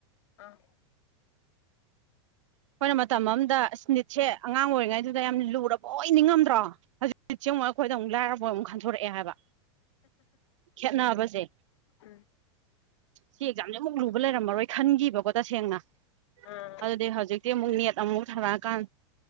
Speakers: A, on the left (about 70°); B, on the right (about 80°).
A: ꯑꯥ
B: ꯑꯩꯈꯣꯏꯅ ꯃꯇꯝ ꯑꯝꯗ ꯏꯁ ꯅꯤꯠꯁꯦ ꯑꯉꯥꯡ ꯑꯣꯏꯔꯤꯉꯩꯗꯨꯗ ꯌꯥꯝ ꯂꯨꯔꯕꯣꯏ ꯅꯤꯡꯉꯝꯗ꯭ꯔꯣ ꯍꯧꯖꯤꯛ ꯖꯤꯛꯁꯦ ꯑꯃꯨꯛ ꯑꯩꯈꯣꯏꯗ ꯑꯃꯨꯛ ꯂꯥꯏꯔꯕꯣꯏ ꯑꯃꯨꯛ ꯈꯟꯗꯣꯔꯛꯑꯦ ꯍꯥꯏꯕ ꯈꯦꯠꯅꯕꯖꯦ
A: ꯎꯝ
B: ꯁꯤ ꯑꯦꯛꯖꯥꯝ ꯖꯤꯃꯨꯛ ꯂꯨꯕ ꯂꯩꯔꯝꯃꯔꯣꯏ ꯈꯟꯒꯤꯕꯀꯣ ꯇꯁꯦꯡꯅ
A: ꯎꯝ
B: ꯑꯗꯨꯗꯤ ꯍꯧꯖꯤꯛꯇꯤ ꯑꯃꯨꯛ ꯅꯦꯠ ꯑꯃꯨꯛ ꯊꯥꯔꯛꯑꯀꯥꯟ